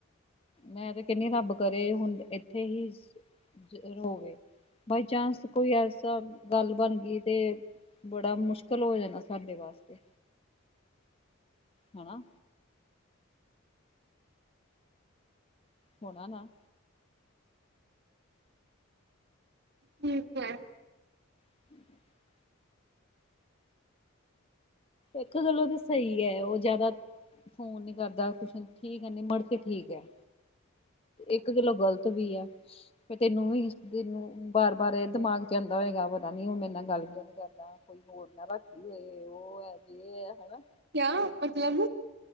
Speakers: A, on the left (about 25°); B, on the right (about 50°).
A: ਮੈਂ ਤੇ, ਕਹਿੰਦੀ ਰੱਬ ਕਰੇ ਹੁਣ ਇੱਥੇ ਹੀ ਹੋਵੇ ਬਾਇਚਾਂਸ ਕੋਈ, ਐਸਾ ਗੱਲ ਬਣ ਗਈ। ਤੇ, ਬੜਾ ਮੁਸ਼ਕਿਲ ਹੋ ਜਾਣਾ, ਸਾਡੇ ਵਾਸਤੇ ਹਨਾ ਹੋਣਾ ਨਾ?
B: ਠੀਕ ਹੈ।
A: <inaudible> ਇੱਕ ਗੱਲੋਂ ਤੇ ਸਹੀ ਹੈ, ਉਹ ਜ਼ਿਆਦਾ ਫੋਨ ਨਹੀਂ ਕਰਦਾ। ਠੀਕ ਹੈ, ਨਹੀਂ ਮੁੜਕੇ ਠੀਕ ਹੈ। ਇੱਕ ਗੱਲੋਂ ਗ਼ਲਤ ਵੀ ਆ, ਫੇਰ ਤੈਨੂੰ ਵੀ ਤੈਨੂੰ ਬਾਰ -ਬਾਰ, ਇਹ ਦਿਮਾਗ ਚ ਆ ਆਂਦਾ ਹੋਏਗਾ, ਪਤਾ ਨੀ ਮੇਰੇ ਨਾਲ ਗੱਲ ਕਿਉਂ ਨਹੀਂ ਕਰਦਾ, ਕੋਈ ਹੋਰ ਨਾ ਰੱਖ ਲਈ ਹੋਏ, ਉਹ ਹੈ ਯੇ ਹੈ, ਹੈਨਾ।
B: ਕਿਆ? ਮਤਲਬ